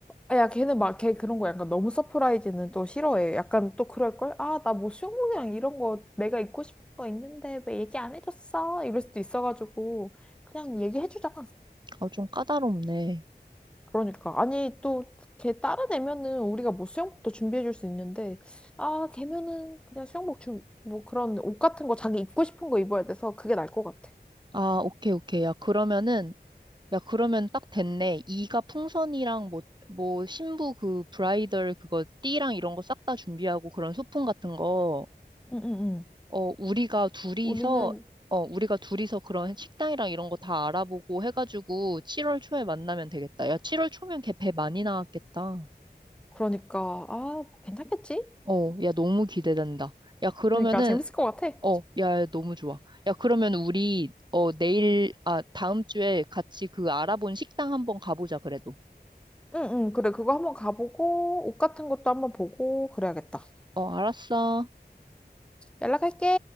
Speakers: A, in the centre; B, on the right.
A: 아, 야, 걔는 막, 걔 그런 거 약간 너무 서프라이즈는 또 싫어해. 약간 또 그럴걸? 아, 나 뭐 수영복이랑 이런 거 내가 입고 싶은 거 있는데 왜 얘기 안 해줬어? 이럴 수도 있어가지고. 그냥 얘기해주자.
B: 아, 좀 까다롭네.
A: 그러니까 아니 또 걔 다른 애면은 우리가 뭐 수영복도 준비해 줄 수 있는데 아 걔면은 그냥 수영복 좀뭐 그런 옷 같은 거 자기 입고 싶은 거 입어야 돼서 그게 나을 것 같아.
B: 아, 오케이, 오케이. 야, 그러면은, 야, 그러면 딱 됐네. 이가 풍선이랑 뭐, 뭐, 신부 그 브라이덜 그거 띠랑 이런 거 싹 다 준비하고 그런 소품 같은 거.
A: 응, 응, 응.
B: 어, 우리가 둘이서,
A: 우리는
B: 어, 우리가 둘이서 그런 식당이랑 이런 거 다 알아보고 해가지고 7월 초에 만나면 되겠다. 야, 7월 초면 걔 배 많이 나왔겠다.
A: 그러니까 아 괜찮겠지?
B: 어, 야, 너무 기대된다. 야, 그러면은,
A: 그러니까 재밌을 것 같아.
B: 어, 야, 너무 좋아. 야, 그러면 우리, 어, 내일, 아, 다음 주에 같이 그 알아본 식당 한번 가보자, 그래도.
A: 응응 그래 그거 한번 가보고 옷 같은 것도 한번 보고 그래야겠다.
B: 어, 알았어.
A: 연락할게.